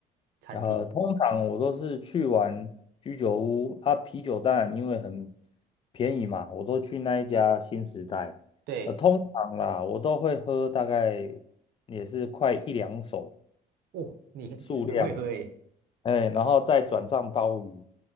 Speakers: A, on the right; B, on the left.
A: 餐厅？
B: 呃，通常我都是去玩居酒屋啊，啤酒当然因为很便宜嘛，我都去那一家新时代，
A: 对，
B: 呃，通常啦，我都会喝大概也是快一两手
A: 哦，你 <laughs> 很很会喝诶。
B: 数量，哎，然后再转账鲍鱼，